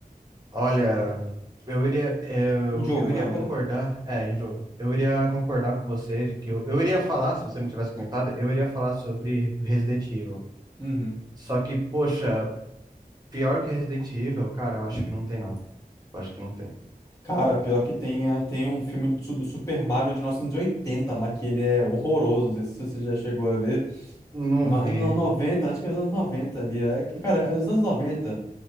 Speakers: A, on the right; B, on the left.
A: Olha, eu iria, eu,
B: Em jogo,
A: eu
B: foi
A: iria
B: lá,
A: concordar,
B: perdão.
A: é, em jogo, eu iria concordar com você de que eu, eu iria falar, se você não tivesse comentado, eu iria falar sobre Resident Evil.
B: Uhum.
A: Só que, poxa, pior que Resident Evil, cara, eu acho que não tem, não. Eu acho que não tem.
B: Cara, pior que tem, eh, tem um filme do, Su- do Super Mario de 1980 lá, que ele é horroroso, não sei se você já chegou a ver.
A: Não
B: Mas
A: vi.
B: no noventa acho que é os anos 90 ali. É, que, cara, é os anos 90